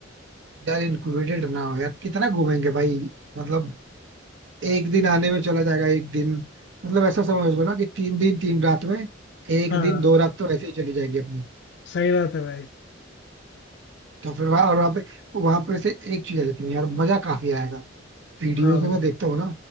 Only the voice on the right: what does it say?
यार इंक्लूडेड ना हो यार कितना घूमेंगे भाई मतलब एक दिन आने में चला जाएगा एक दिन मतलब ऐसा समझ लो ना कि तीन दिन तीन रात में एक
दिन दो रात तो ऐसे ही चली जाएंगी अपनी
तो फिर वहां और वहां पे वहां पे से एक चीज है लेकिन यार मजा काफी आएगा वीडियोज
में मैं देखता हूँ ना